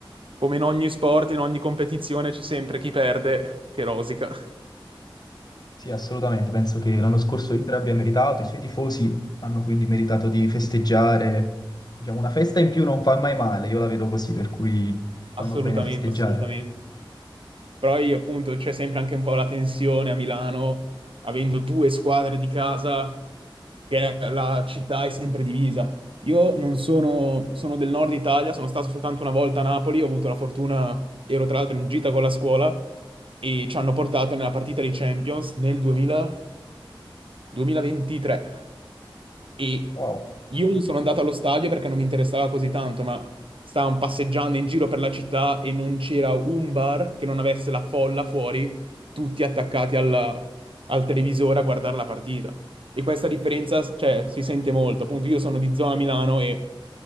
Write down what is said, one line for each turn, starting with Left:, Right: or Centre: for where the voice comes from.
Right: come in ogni sport, in ogni competizione c'è sempre chi perde che rosica.
Left: Sì, assolutamente. Penso che l'anno scorso l'Inter abbia meritato, i suoi tifosi hanno quindi meritato di festeggiare. Diciamo, una festa in più non fa mai male, io la vedo così, per cui
Right: Assolutamente,
Left: fanno bene a festeggiare.
Right: assolutamente. Però io appunto c'è sempre anche un po' la tensione a Milano, avendo due squadre di casa, che la città è sempre divisa. Io non sono, sono del nord Italia, sono stato soltanto una volta a Napoli, ho avuto la fortuna, ero tra l'altro in gita con la scuola e ci hanno portato nella partita di Champions nel duemila 2023 e
Left: Wow.
Right: io non sono andato allo stadio perché non mi interessava così tanto, ma stavamo passeggiando in giro per la città e non c'era un bar che non avesse la folla fuori, tutti attaccati alla- al televisore a guardare la partita. E questa differenza, cioè, si sente molto. Appunto, io sono di zona Milano e